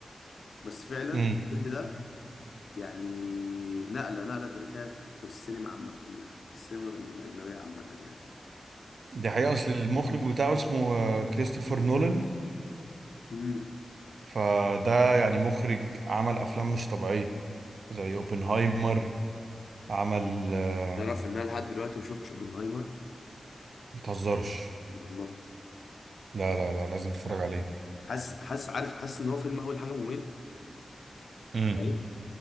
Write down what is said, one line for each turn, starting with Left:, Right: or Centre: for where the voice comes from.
Left: بس فعلا
Right: امم
Left: الفيلم ده يعني نقله نقله تاريخيه في السينما عامه في, ال- في السينما الاجنبيه عامه يعني
Right: دي حقيقة اصل المخرج بتاعه اسمه آه، كريستوفر نولان
Left: امم
Right: فده يعني مخرج عمل افلام مش طبيعيه زي اوبنهايمر عمل آه،
Left: تعرف ان انا لحد دلوقتي ما شفتش اوبنهايمر
Right: متهزرش
Left: والله
Right: لا لا لا لازم تتفرج عليه
Left: حاسس حاسس عارف حاسس ان هو فيلم اول حاجه ممل
Right: امم
Left: فاهم